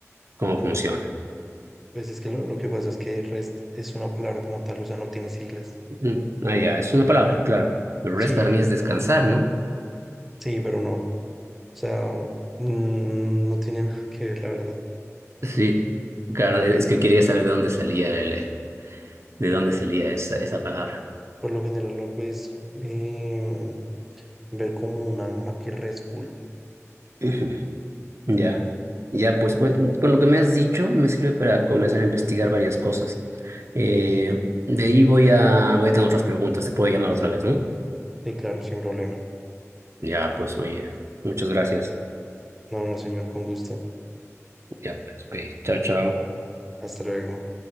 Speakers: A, on the right; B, in the centre.
A: cómo funciona.
B: Pues es que lo, lo que pasa es que REST es una palabra como tal, o sea, no tiene siglas.
A: Mm, Ah, ya, es una palabra, claro. Pero
B: Sí,
A: REST para mí es descansar, ¿no?
B: sí, pero no. sea, mm, no tiene nada que ver, la verdad.
A: Sí, claro, es que quería saber de dónde salía el, eh, de dónde salía esa, esa palabra.
B: Por lo general lo puedes eh, ver como una API RESTful.
A: <laughs> Ya, ya, pues, pues, por lo que me has dicho, me sirve para comenzar a investigar varias cosas. Eh, de ahí voy a, voy a tener otras preguntas, te puedo llamar otra vez, ¿no?
B: Y claro, sin problema.
A: Ya, pues, oye, muchas gracias.
B: No, no, señor, con gusto.
A: Ya, pues, ok, chao, chao.
B: Hasta luego.